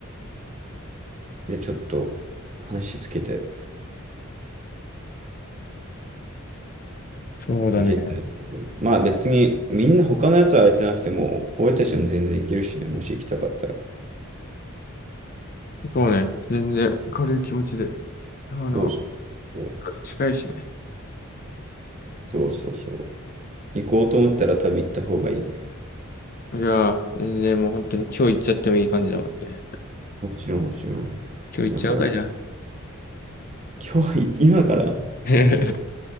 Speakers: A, on the right; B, on the left.
A: でちょっと話つけて
B: そうだね。
A: いけたらいいと思う。まあ別にみんな他のやつは空いてなくても、俺たちも全然行けるしね、もし行きたかったら。
B: そうね。全然軽い気持ちで。あの、
A: そうそうそう。
B: 近いしね。
A: そうそうそう。行こうと思ったら多分行った方がいいね。
B: いやー、全然もう本当に今日行っちゃってもいい感じだもんね。
A: もちろんもちろん。
B: 今日行っちゃうかじゃあ。
A: だから今日は、今から
B: <laughs>